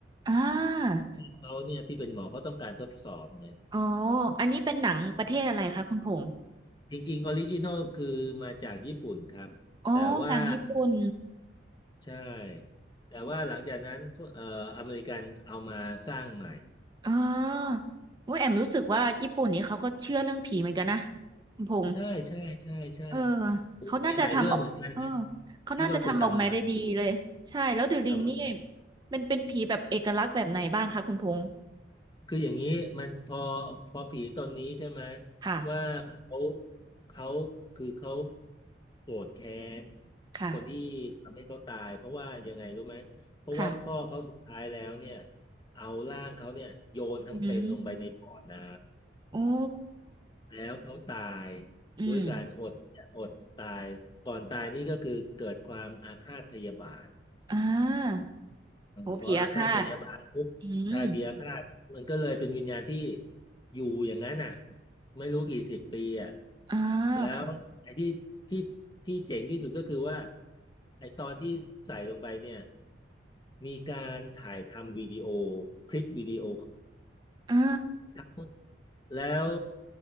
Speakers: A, on the right; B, on the left.
A: อ่า
B: เขาเนี่ยที่เป็นหมอเขาต้องการทดสอบเนี่ย
A: อ๋ออันนี้เป็นหนังประเทศอะไรคะคุณพงษ์
B: จริงๆออริจินอลคือมาจากญี่ปุ่นครับแต่ว่า
A: อ๋อหนังญี่ปุ่น
B: ใช่แต่ว่าหลังจากนั้นเอ่ออเมริกันเอามาสร้างใหม่
A: อ๋อโอุ้ยแอมรู้สึกว่าญี่ปุ่นนี้เขาก็เชื่อเรื่องผีเหมือนกันนะคุณพงษ์
B: ใช่ใช่ใช่ใช่
A: เออเขาน่าจะทำออกเออ
B: มีหลายเรื่องเหมือนกันนะ
A: เขาน่าจะทำออกมาได้ดีเลยใช่แล้วเดอะลิงนี่
B: ที่ว่าเป็นตำนานผีอะทำ
A: เป็นเป็นผีแบบเอกลักษณ์แบบไหนบ้างคะคุณพงษ์
B: คืออย่างนี้มันพอพอผีตนนี้ใช่ไหม
A: ค่ะ
B: ว่าเขาเขาคือเขาโกรธแค้น
A: ค่ะ
B: คนที่ทำให้เขาตายเพราะว่ายังไงรู้ไหมเพราะว่าพ่อเขาสุดท้ายแล้วเนี่ย
A: ค่ะ
B: เอาร่างเขาเนี่ยโยนทั้งเป็นลงไปในบ่อน้
A: อืมโอ้
B: ำแล้วเขาตาย
A: อืม
B: ด้วยการอดอดตายก่อนตายนี่ก็คือเกิดความอาฆาตพยาบาท
A: อ่า
B: เออเพราะอาฆาตพยาบาทปุ๊บใช่พยาฆาตมันก็เลยเป็นวิญญาณที่
A: โอ้ผีอาฆาตอืม
B: อยู่อย่างนั้นอ่ะไม่รู้กี่สิบปีอ่ะ
A: อ่า
B: แล้วไอ้ที่ที่ที่เจ๋งที่สุดก็คือว่า
A: ค่ะ
B: ไอ้ตอนที่ใส่ลงไปเนี่ยมีการถ่ายทำวิดีโอคลิปวิดีโอ
A: อ่า
B: ทั้งแล้ว